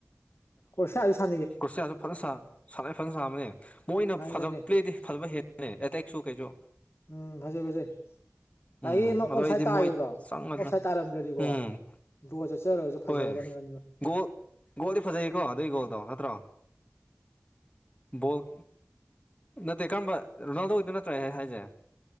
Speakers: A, on the left; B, on the left.
A: ꯀꯁꯦ ꯑꯗꯨ ꯁ
B: ꯀꯨꯔꯁꯤꯌꯥꯁꯨ ꯐꯖꯅ ꯁꯥꯟꯅꯩ ꯐꯖꯅ ꯁꯥꯕꯅꯦ ꯃꯣꯏꯅ
A: ꯁꯥꯟꯅꯩ
B: ꯐꯖꯕ
A: ꯁꯥꯟꯅꯩ
B: ꯄ꯭ꯂꯦꯗꯤ ꯐꯕ ꯍꯦ ꯅ ꯑ ꯇꯏ ꯁꯨ ꯀꯩꯖꯣ
A: ꯎꯝ ꯍꯧꯖꯩ ꯖꯦ ꯉꯁꯥꯏꯒꯤ
B: ꯎꯝ
A: ꯑꯃ
B: ꯑꯗꯣ
A: ꯑꯣꯞꯁꯥꯏꯠ
B: ꯑꯩꯗꯤ
A: ꯇꯥꯈꯤꯕꯕꯗꯣ
B: ꯃꯣꯏ ꯆꯪꯒꯗ꯭ꯔꯥ
A: ꯑꯣꯞꯁꯥꯏꯠ ꯇꯥꯔꯝꯗ꯭ꯔꯗꯤꯀꯣ
B: ꯎꯝ
A: ꯕꯣ ꯆꯠꯆꯔꯒꯁꯨ ꯐꯖꯒꯗꯕꯅꯦ
B: ꯍꯣꯏ ꯒꯣꯜ ꯒꯣꯜꯗꯤ ꯐꯖꯩꯌꯦꯀꯣ ꯑꯗꯨꯏ ꯒꯣꯜꯗꯣ ꯅꯠꯇ꯭ꯔꯣ
A: <inaudible>
B: ꯕꯣꯜ ꯅꯠꯇꯦ ꯀꯔꯝꯕ ꯔꯣꯅꯥꯜꯗꯣꯒꯤꯗ ꯅꯠꯇ꯭ꯔꯦ ꯍꯥꯏꯁꯦ